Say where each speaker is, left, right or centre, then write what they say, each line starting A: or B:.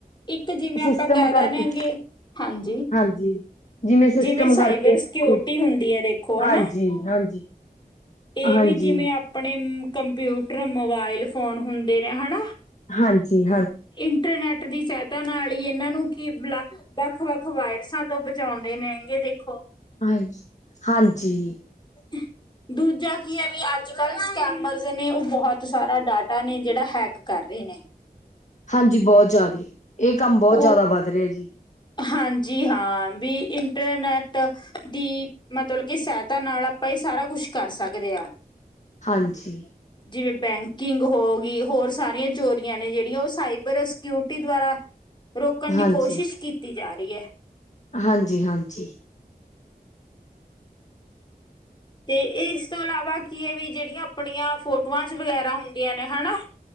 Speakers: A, on the left; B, on the left.
A: ਇੱਕ ਜਿਵੇਂ ਆਪਾਂ
B: ਸਿਸਟਮ
A: ਕਰ
B: ਕਰਕੇ
A: ਆਨੇ ਆ ਆਗੇ ਹਾਂਜੀ।
B: ਹਾਂਜੀ। ਸਿਸਟਮ
A: ਜਿਵੇਂ ਸਾਈਬਰ
B: ਕਰਕੇ ਦੇਖੋ,
A: ਸੈਕੁਰਟੀ ਹੁੰਦੀ ਹੈ ਦੇਖੋ
B: ਹਾਂਜੀ-ਹਾਂਜੀ,
A: ਹਨਾ। ਇਹ
B: ਹਾਂਜੀ।
A: ਵੀ ਜਿਵੇਂ ਆਪਣੇ ਕੰਪਿਊਟਰ ਮੋਬਾਇਲ ਫੋਨ ਹੁੰਦੇ ਨੇ ਹਨਾ।
B: ਹਾਂਜੀ-ਹਾਂਜੀ,
A: ਇੰਟਰਨੈਟ ਦੀ ਸਹਾਇਤਾ ਨਾਲ ਇਹਨਾਂ ਨੂੰ ਕਿ ਵੱਖ-ਵੱਖ ਵਾਇਰਸਾਂ ਤੋਂ ਬਚਾਉਂਦੇ ਨੇ ਗੇ ਦੇਖੋ।
B: ਹਾਂਜੀ -ਹਾਂਜੀ।
A: ਅਹ। ਦੂਜਾ ਕੀ ਹੈ ਵੀ ਅੱਜ ਕੱਲ ਸਕੈਮਰਸ ਨੇ ਉਹ ਬਹੁਤ ਸਾਰਾ ਡਾਟਾ ਨੇ ਜਿਹੜਾ ਹੈਕ ਕਰ ਰਹੇ ਨੇ। <inaudible>
B: ਹਾਂਜੀ ਬਹੁਤ ਜਿਆਦੀ ਇਹ ਕੰਮ ਬਹੁਤ
A: ਉਹ
B: ਜਿਆਦਾ ਵੱਧ ਰਿਹਾ ਜੀ।
A: ਹਾਂਜੀ ਹਾਂ ਵੀ ਇੰਟਰਨੈਟ ਦੀ ਮਤਲਬ ਕਿ ਸਹਾਇਤਾ ਨਾਲ ਆਪਾਂ ਇਹ ਸਾਰਾ ਕੁਛ ਕਰ ਸਕਦੇ ਹਾਂ
B: ਹਾਂਜੀ,
A: ਜਿਵੇਂ ਬੈਂਕ ਬੁਕਿੰਗ ਹੋ ਗਈ ਹੋਰ ਸਾਰੀਆਂ ਚੋਰੀਆਂ ਨੇ ਜਿਹੜੀਆਂ ਉਹ ਸਾਈਬਰ ਸਿਕਿਉਰਟੀ ਦੁਆਰਾ ਰੋਕਣ ਦੀ
B: ਹਾਂਜੀ,
A: ਕੋਸ਼ਿਸ਼ ਕੀਤੀ ਜਾ ਰਹੀ ਐ।
B: ਹਾਂਜੀ-ਹਾਂਜੀ,
A: ਤੇ ਇਸ ਤੋਂ ਇਲਾਵਾ ਕੀ ਵੀ ਜਿਹੜੀਆਂ ਆਪਣੀਆਂ ਫੋਟੋਆਂ 'ਚ ਵਗੈਰਾ ਹੁੰਦੀਆਂ ਨੇ ਹਨਾ।